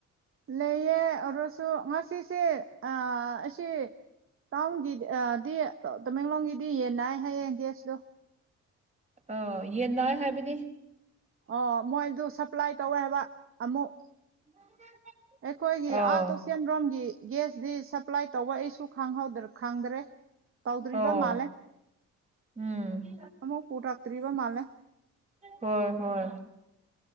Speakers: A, on the right (about 45°); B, on the right (about 25°).
A: ꯂꯩꯌꯦ ꯑꯣꯏꯔꯁꯨ ꯉꯁꯤꯁꯦ ꯑꯥ ꯑꯁꯤ ꯇꯥꯎꯟꯒꯤ ꯑꯥ ꯗꯤ ꯇꯃꯦꯡꯂꯣꯡꯒꯤꯗꯤ ꯌꯦꯟꯅꯥꯏ ꯍꯥꯏꯌꯦ ꯒ꯭ꯌꯥꯁꯇꯣ
B: ꯑꯣ ꯌꯦꯟ ꯅꯥꯏ ꯍꯥꯏꯕꯗꯤ
A: ꯑꯣ ꯃꯣꯏꯗꯨ ꯁꯄ꯭ꯂꯥꯏ ꯇꯧꯋꯦ ꯍꯥꯏꯕ ꯑꯃꯨꯛ
B: <unintelligible>
A: ꯑꯩꯈꯣꯏꯒꯤ
B: ꯑꯧ
A: ꯑꯥ ꯇꯣꯁꯦꯝꯔꯣꯝꯒꯤ ꯒ꯭ꯌꯥꯁꯗꯤ ꯁꯄ꯭ꯂꯥꯏ ꯇꯧꯕ ꯑꯩꯁꯨ ꯈꯪꯍꯧꯗ꯭ꯔ‌ ꯈꯪꯗ꯭ꯔꯦ ꯇꯧꯗ꯭ꯔꯤꯕ
B: ꯑꯣ
A: ꯃꯥꯜꯂꯦ
B: ꯎꯝ
A: ꯑꯃꯨꯛ ꯄꯨꯔꯛꯇ꯭ꯔꯤꯕ ꯃꯥꯜꯂꯦ
B: ꯍꯣꯏ ꯍꯣꯏ